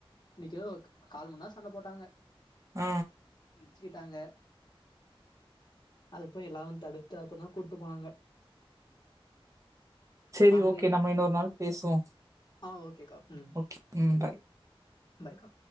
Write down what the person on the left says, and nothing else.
இன்னைக்கு எதோ கால் மணிநேரோ சண்ட போட்டாங்க
உ சிட்டாங்க அதுக்குபோய் எல்லாரு தடுத் த அப்பதா கூட்டு போனாங்க
நாங்க
நின்று
ஆ ஓகேக்கா ம்
பைக்கா